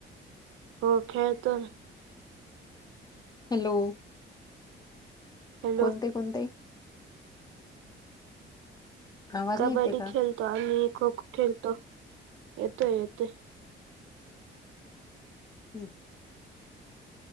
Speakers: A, on the right; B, on the left.
A: हो खेळ तर
B: हॅलो.
A: हॅलो
B: कोणते कोणते? आवाज
A: कबड्डी
B: नाही येते का
A: खेळतो. आणि खो खो खेळतो येतोय येतोय.
B: ह.